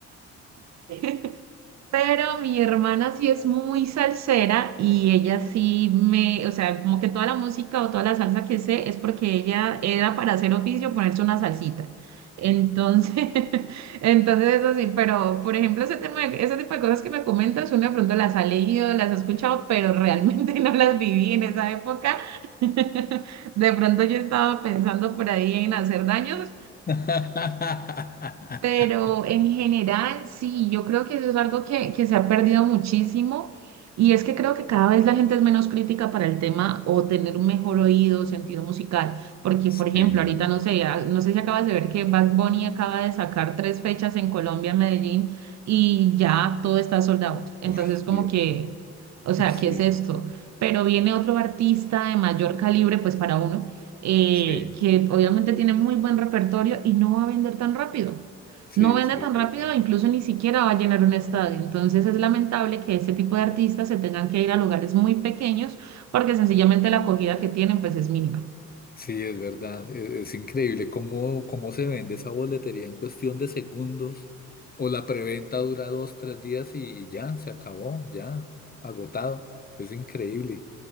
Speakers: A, on the right; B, on the left.
A: <laughs> Pero mi hermana sí es muy salsera y ella sí me, o sea, como que toda la música o toda la salsa que sé es porque ella era para hacer oficio ponerse una salsita. Entonces, <laughs> entonces eso sí, pero por ejemplo, ese tema, de- ese tipo de cosas que me comentas, uno de pronto las ha leído, las ha escuchado, pero realmente <laughs> no las viví en esa época. <laughs> De pronto yo estaba pensando por ahí en hacer daños,
B: <laughs>
A: pero en general, sí, yo creo que eso es algo que, que se ha perdido muchísimo y es que creo que cada vez la gente es menos crítica para el tema o tener un mejor oído, sentido musical, porque
B: Sí,
A: por ejemplo, ahorita no sé, a- no sé si acabas de ver que Bad Bunny acaba de sacar tres fechas en Colombia, en Medellín, y ya todo está sold out. Entonces,
B: uy,
A: como
B: Dios.
A: que, o sea,
B: Sí,
A: ¿qué es esto? Pero viene otro artista de mayor calibre, pues para uno, eh,
B: sí,
A: que obviamente tiene muy buen repertorio y no va a vender tan rápido
B: sí,
A: no vende
B: sí,
A: tan
B: es
A: rápido,
B: verdad.
A: incluso ni siquiera va a llenar un estadio. Entonces es lamentable que este tipo de artistas se tengan que ir a lugares muy pequeños porque sencillamente la acogida que tienen pues es mínima.
B: Sí, es verdad, e- es, increíble cómo, cómo se vende esa boletería en cuestión de segundos o la preventa dura dos, tres días y, y ya, se acabó, ya, agotado, es increíble.